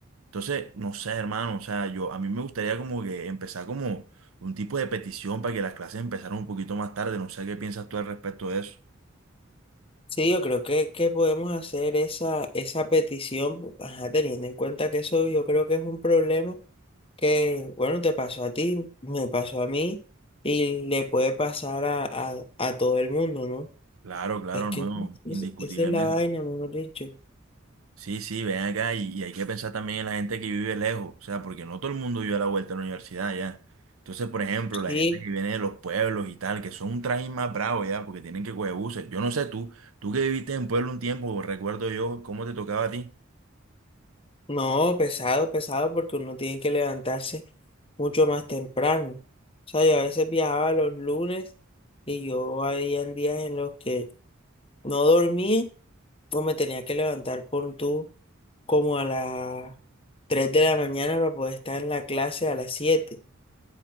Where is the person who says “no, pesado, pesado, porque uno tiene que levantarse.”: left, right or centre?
Left